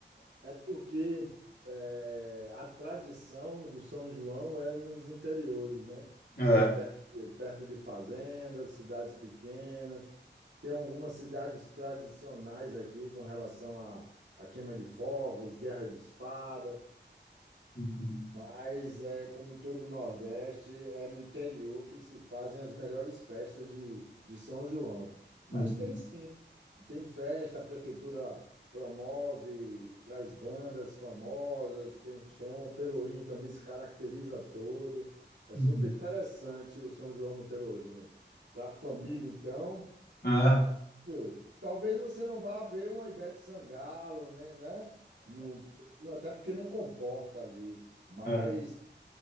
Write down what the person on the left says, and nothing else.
É. É.
Uhum,
uhum,
uhum.
É.
<laughs>